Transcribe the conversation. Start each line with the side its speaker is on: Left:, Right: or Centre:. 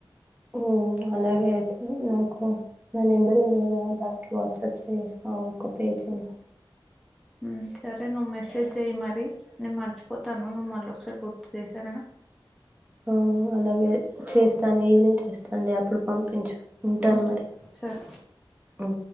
Right: ఊ అలాగే అయితే నాకు నా నంబరు ఉంది గదా <unintelligible> వాట్సాప్ ఒక పేజీ
Centre: ఉ సరే నువ్వు మెసేజ్ చెయ్యి మరి నేను మర్చిపోతాను నువ్వు మళ్ళ ఒకసారి గుర్తు చేయ్ సరేనా
Right: ఆ అలాగే చేస్తాను ఈవినింగ్ చేస్తాను లే ఇప్పుడు పంపించు ఉంటన్
Centre: ఉమ్
Right: మరి
Centre: సరే
Right: ఉ